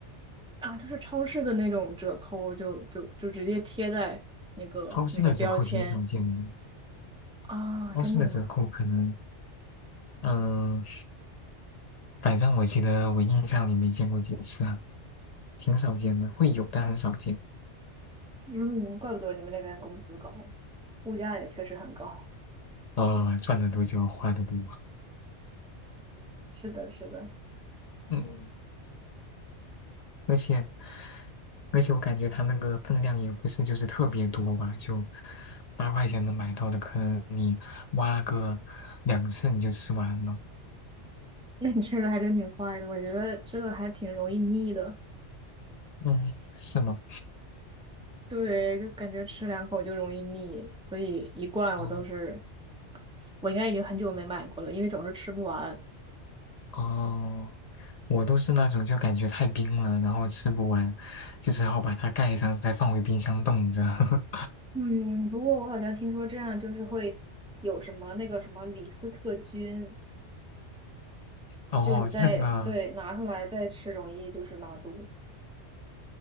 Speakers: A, in the centre; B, on the left.
A: 啊，就是超市的那种折扣，就就就直接贴在那个那个标签。
B: 超市的折扣挺少见的，
A: 啊，
B: 超市的折扣可能，
A: 真的吗？
B: 嗯、反正我记得我印象里没见过几次啊，挺少见的，会有但很少见。
A: 嗯，怪不得你们那边工资高，物价也确实很高。
B: 呃，赚的多就花的多，
A: <laughs> 是的，是的。
B: <laughs> 嗯，而且而且我感觉它那个分量也不是就是特别多吧，就八块钱能买到的，可能你挖个两次你就吃完了。
A: 那你吃的还真挺快的，我觉得这个还挺容易腻的。
B: 嗯，是吗？
A: 对，就感觉吃两口就容易腻，所以一罐我都是，
B: 哦
A: 我应该已经很久没买过了，因为总是吃不完。
B: 哦，我都是那种就感觉太冰了，然后吃不完，就只好把它盖上，再放回冰箱冻着。<laughs>
A: 嗯，不过我好像听说这样就是会有什么那个什么李斯特菌，
B: 哦，
A: 就你再对拿出来再吃，
B: 这个
A: 容易就是拉肚子。